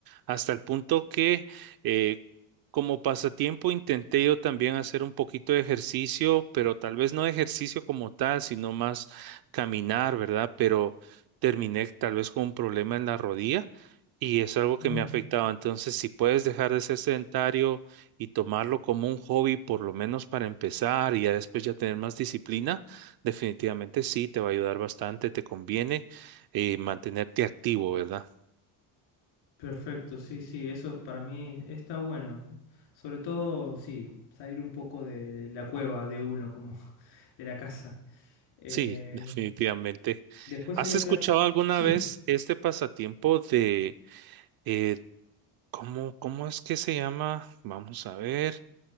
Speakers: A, on the right (about 60°); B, on the left (about 75°).
A: hasta el punto que eh, como pasatiempo intenté yo también hacer un poquito de ejercicio, pero tal vez no ejercicio como tal, sino más caminar, ¿verdad? Pero terminé tal vez con un problema en la rodilla y es algo
B: No,
A: que me ha afectado. Entonces, si puedes dejar de ser sedentario y tomarlo como un hobby, por lo menos para empezar y ya después ya tener más disciplina Definitivamente sí, te va a ayudar bastante, te conviene eh, mantenerte activo, ¿verdad?
B: perfecto, sí, sí, eso para mí está bueno. Sobre todo, sí, salir un poco de la cueva de uno, como <laughs> de la casa. Eh,
A: Sí, <laughs> definitivamente.
B: después
A: ¿Has
B: hay otra...
A: escuchado alguna
B: Sí,
A: vez este pasatiempo de, eh, ¿cómo, cómo es que se llama? Vamos a ver,